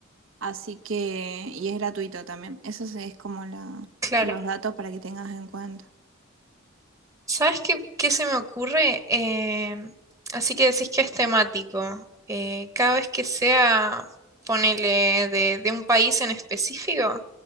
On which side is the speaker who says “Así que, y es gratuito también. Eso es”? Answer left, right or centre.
Right